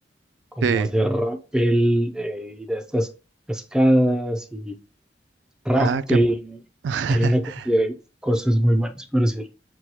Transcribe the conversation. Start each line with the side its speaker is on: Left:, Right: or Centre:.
Centre: como
Right: Sí.
Centre: hacer rappel, eh, ir a estas cascadas y rafting.
Right: Ah, qué. <laughs>
Centre: Hay una cantidad de cosas muy buenas para hacer.